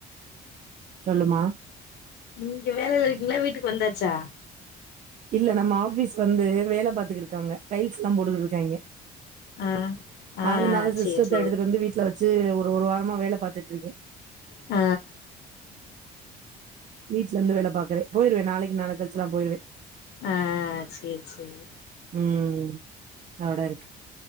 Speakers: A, on the right; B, on the left.
A: சொல்லுமா
B: நீங்க வேலல இருக்கீங்ளா வீட்டுக்கு வந்தாச்சா
A: இல்ல நம்ம ஆஃபீஸ் வந்து வேல பாத்துக்குட்ருக்காங்க டைல்ஸ்லா போட்டுகிட்ருக்காய்ங்க
B: ஆ ஆ
A: அதுனால சிஸ்டத்த
B: சேரி சேரி
A: எடுத்துட்டு வந்து வீட்ல வச்சு ஒரு ஒரு வார மா வேல பாத்துட்ருக்கே
B: ஆ
A: வீட்டலர்ந்து வேல பாக்குறே போயிருவே நாளைக்கு நாளை கழிச்சுல்லா போயிருவே
B: ஆ சேரி சேரி
A: ம் அவ்டருக்